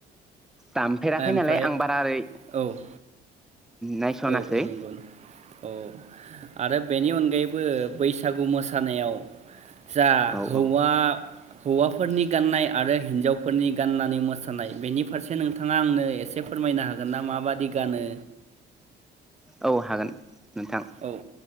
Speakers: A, in the centre; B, on the right (about 40°).
A: दामफेराखै
B: ओमफ्राय
A: नालाय आं बारा ओरै
B: औ
A: नायसनासै
B: औ औ नंगौ औ आरो बेनि अनगायैबो बैसागु मोसानायाव जा
A: औ
B: हौवा
A: औ
B: हौवाफोरनि गाननाय आरो हिन्जावफोरनि गाननानै मोसानाय बेनि फारसे नोंथाङा आंनो एसे फोरमायनो हागोन ना माबादि गानो।
A: औ हागोन नोंथां
B: औ औ